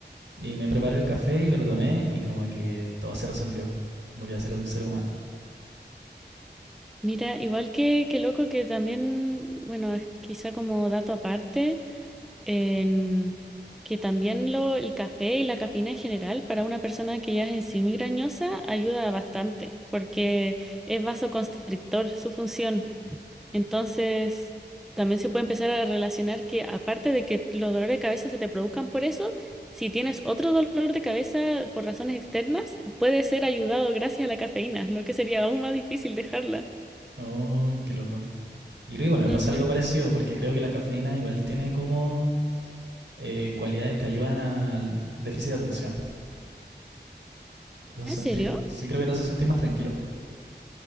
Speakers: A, on the right; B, in the centre.
A: Y me preparé el café y me lo tomé. Y como que todo se resolvió. Volví a ser un ser humano.
B: Mira, igual que, que loco que también, bueno, es quizá como dato aparte. en que también lo, el café y la cafeína en general para una persona que ya es en sí migrañosa ayuda bastante porque es vasoconstrictor su función. Entonces, también se puede empezar a relacionar que aparte de que los dolores de cabeza se te produzcan por eso, si tienes otro dolor de cabeza por razones externas, puede ser ayudado gracias a la cafeína, lo que sería aún más difícil dejarla.
A: Oh, qué loco. Y creo que igual me
B: Ujú.
A: pasa algo parecido porque creo que la cafeína igual tiene como eh, cualidades que ayudan al déficit de atención. Te hacen
B: ¿Ah,
A: sentir,
B: ¿En serio?
A: sí creo que te hacen sentir más tranquilo.